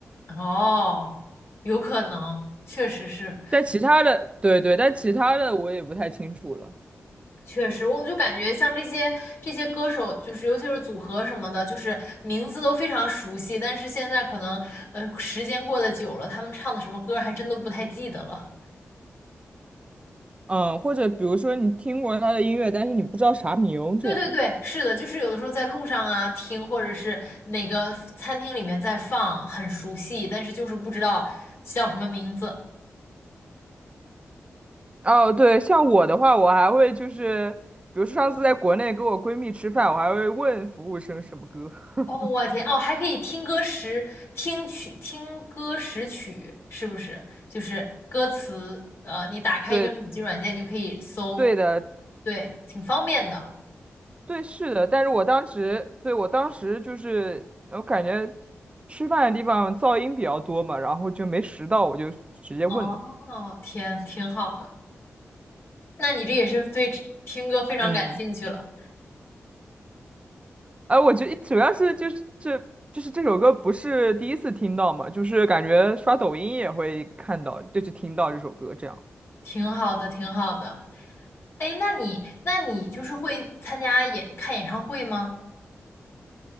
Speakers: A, on the left; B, on the right.
A: 哦，有可能，确实是，
B: 但其他的，对对，但其他的我也不太清楚了。
A: 确实，我就感觉像这些这些歌手，就是尤其是组合什么的，就是名字都非常熟悉，但是现在可能呃时间过得久了，他们唱的什么歌还真都不太记得了。
B: 嗯，或者比如说你听过他的音乐，但是你不知道啥名，
A: 对对对，
B: 这样。
A: 是的，就是有的时候在路上啊听，或者是哪个餐厅里面在放，很熟悉，但是就是不知道叫什么名字。
B: 哦，对，像我的话，我还会就是，比如说上次在国内跟我闺蜜吃饭，我还会问服务生什么歌。<laughs>
A: 哦，我天，哦，还可以听歌识，听曲，听歌识曲，是不是？就是歌词，呃，你打开一个手机软件就可以搜，
B: 对，对的，
A: 对，挺方便的。
B: 对，是的。但是我当时，对，我当时就是，我感觉吃饭的地方噪音比较多嘛，然后就没拾到，我就直接问了。
A: 哦，天，挺好的。那你这也是对听歌非常感兴趣了，
B: 嗯。哎，我觉得主要是就是就是这首歌不是第一次听到嘛，就是感觉刷抖音也会看到，就是听到这首歌这样。
A: 挺好的，挺好的。哎，那你，那你就是会参加演，看演唱会吗？